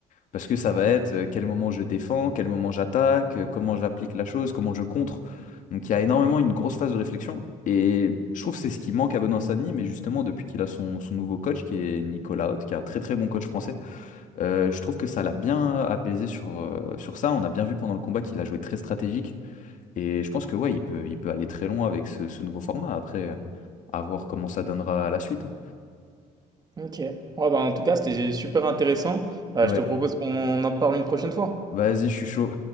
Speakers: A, on the left; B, on the right.
A: Parce que ça va être euh, quel moment je défends, quel moment j'attaque, euh, comment j'applique la chose, comment je contre. Donc il y a énormément une grosse phase de réflexion. Et je trouve que c'est ce qui manque à Benoît Savigny, mais justement depuis qu'il a son, son nouveau coach, qui est Nicolas Haute, qui est un très très bon coach français, euh, je trouve que ça l'a bien apaisé sur, euh, sur ça. On a bien vu pendant le combat qu'il a joué très stratégique. Et je pense que ouais, il peut, il peut aller très loin avec ce, ce nouveau format. Après, à voir comment ça donnera à la suite. hein.
B: Ok. Ouais, bah, en tout cas, c'était super intéressant. Euh,
A: Ouais,
B: je te propose qu'on en parle une prochaine fois.
A: vas-y, je suis chaud.